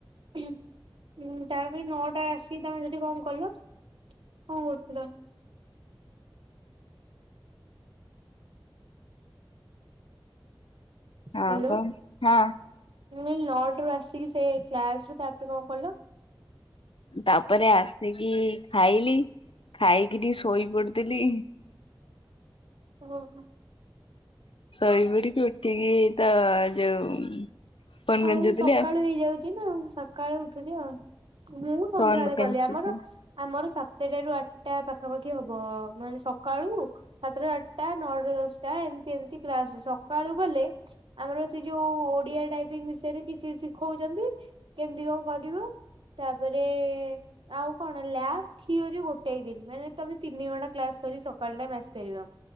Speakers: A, on the right; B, on the left.
A: ହୁଁ, ତାପରେ ନଅଟା ଆସିକି ତମେ ସେଠି କଣ କଲ? କଣ କରୁଥିଲ?
B: ଆଁ
A: ହ୍ୟାଲୋ
B: କଣ ହାଁ।
A: ମୁଁ ଏଇ ନଅଟା ରୁ ଆସିକି ସେ କ୍ଲାସ୍ ରୁ ତା, ପରେ କଣ କଲ?
B: ତା, ପରେ ଆସିକି ଖାଇଲି। ଖାଇକି ଟି ଶୋଇ ପଡ଼ିଥିଲି।
A: ଓହୋ।
B: ଶୋଇପଡି଼କି ଉଠିକି ତ, ଯୋଉ ଫୋନ୍
A: ଆଉ
B: ଗେଞ୍ଜୁଥିଲି
A: ସକାଳୁ ହେଇଯାଉଚି ନା, ଆଉ ସକାଳୁ ଉଠୁଚି ଆଉ। ମୁଁ ସନ୍ଧ୍ୟାବେଳେ
B: କଣ କାଚିକି
A: ଗଲି। ଆମର ଆମର ସାତେଟାରୁ ଆଠଟା ପାଖାପାଖି ହବ। ମାନେ, ସକାଳୁ ସାତଟା, ଆଠଟା, ନଅଟା, ଦଶଟା, ଏମତି ଏମତି କ୍ରାସ ସପ୍ ସକାଳୁ ଗଲେ ଆମର ସେ ଯୋଉଁ ଓଡ଼ିଆ ଟାଇପ୍ ପିଙ୍ଗ୍ ବିଷୟରେ କିଛି ଶିଖଉଚନ୍ତି, କେମତି କଣ କରିବ, ତାପରେ ଆଉ କଣ, ଲ୍ୟାବ୍? ଥିଓରି ଗୋଟାଇ ଦିନ, ମାନେ ତମେ ତିନି ଘଣ୍ଟା କ୍ଲାସ୍ କରି ସକାଳ ଟାଇମ୍ ଆସି ପାରିବ।